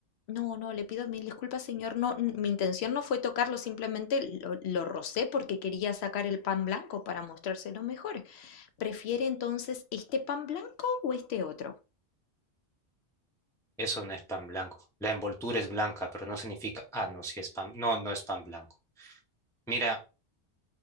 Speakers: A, on the left; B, in the centre.
A: no, no, le pido mil disculpas, señor. No, n- mi intención no fue tocarlo, simplemente lo, lo rocé porque quería sacar el pan blanco para mostrárselo mejor. ¿Prefiere entonces este pan blanco o este otro?
B: Eso no es pan blanco. La envoltura es blanca, pero no significa, ah, no, sí es pan, no, no es pan blanco. Mira,